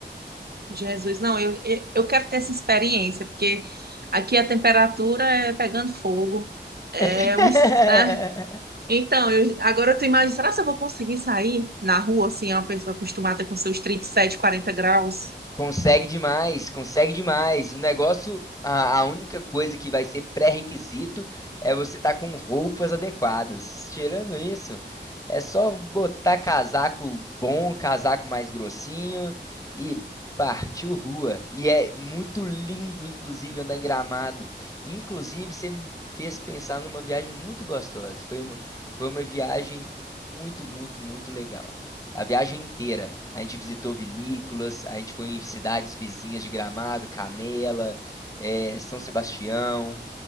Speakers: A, on the right (about 60°); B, on the left (about 20°).
A: Jesus, não, eu, eu eu quero ter essa experiência, porque aqui a temperatura é pegando fogo. É,
B: <laughs>
A: o, ins- <laughs> Então, eu, agora eu tô imaginando, será que eu vou conseguir sair na rua, assim, é uma pessoa acostumada com seus trinta e sete, quarenta graus?
B: Consegue demais, consegue demais. O negócio, a, a única coisa que vai ser pré-requisito é você estar com roupas adequadas. Tirando isso, é só botar casaco bom, casaco mais grossinho e partiu rua. E é muito lindo, inclusive, andar em Gramado. Inclusive, você me fez pensar numa viagem muito gostosa. Foi uma, foi uma viagem muito, muito, muito legal a viagem inteira. A gente visitou vinícolas, a gente foi em cidades vizinhas de Gramado, Canela, eh, São Sebastião,